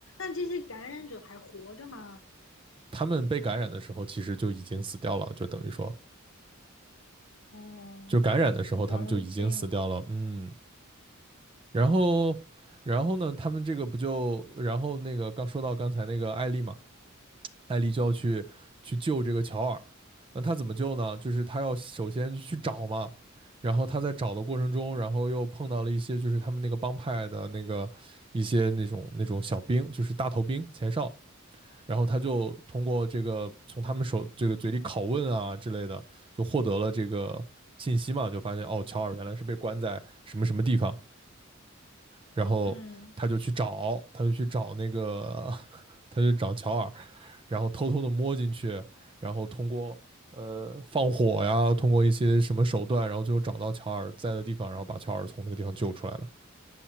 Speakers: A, on the left; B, on the right.
A: 那这些感染者还活着吗？
B: 他们被感染的时候其实就已经死掉了，就等于说，
A: 哦，
B: 就感染的时候他们就已经死掉了。
A: 原来是这样。
B: 嗯，然后，然后呢，他们这个不就，然后那个刚说到刚才那个艾丽嘛，艾丽就要去去救这个乔尔。那他怎么救呢？就是他要首先去找嘛，然后他在找的过程中，然后又碰到了一些就是他们那个帮派的那个一些那种那种小兵，就是大头兵前哨。然后他就通过这个从他们手这个嘴里拷问啊之类的，就获得了这个信息嘛，就发现哦，乔尔原来是被关在什么什么地方，然后他就去找，
A: 嗯，
B: 他就去找那个，<laughs> 他就找乔尔，然后偷偷的摸进去，然后通过呃放火呀，通过一些什么手段，然后最后找到乔尔在的地方，然后把乔尔从那个地方救出来了。